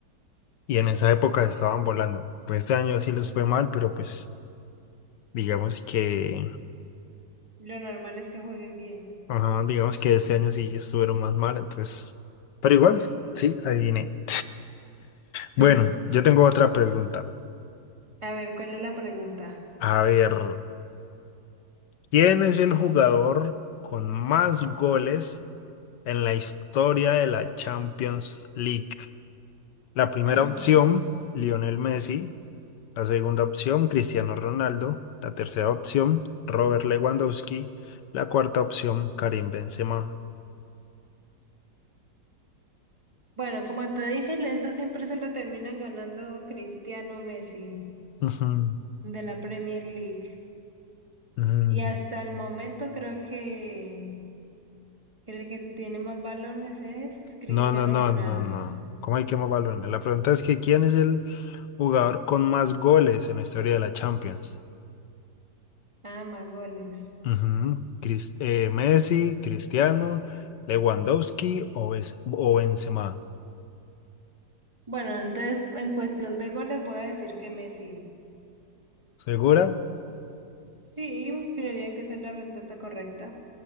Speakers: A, on the left; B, on the right.
A: y en esa época estaban volando. Pues este año sí les fue mal, pero pues Digamos que,
B: lo normal es que jueguen bien.
A: ajá, digamos que este año sí estuvieron más mal, entonces, pero igual, sí, adiviné. Bueno,
B: Mm.
A: yo tengo otra pregunta.
B: A ver, ¿cuál es la pregunta?
A: A ver, ¿quién es el jugador con más goles en la historia de la Champions League? La primera
B: Mm.
A: opción, Lionel Messi. La segunda opción, Cristiano Ronaldo. La tercera opción, Robert Lewandowski. La cuarta opción, Karim Benzema.
B: Bueno, como te dije, eso siempre se lo termina ganando Cristiano Messi
A: Ujú,
B: de la Premier League.
A: ujú.
B: Y hasta el momento creo que, que el que tiene más balones es Cristiano
A: No, no, no,
B: Ronaldo.
A: no, no. ¿Cómo hay que más balones? La pregunta es que ¿quién es el jugador con más goles en la historia de la Champions?
B: Ah, más goles.
A: Ujú. Cris- eh, Messi, Cristiano, Lewandowski o, Bes- o Benzema.
B: Bueno, entonces en cuestión de goles voy a decir que Messi.
A: ¿Segura?
B: Sí, creería que esa es la respuesta correcta.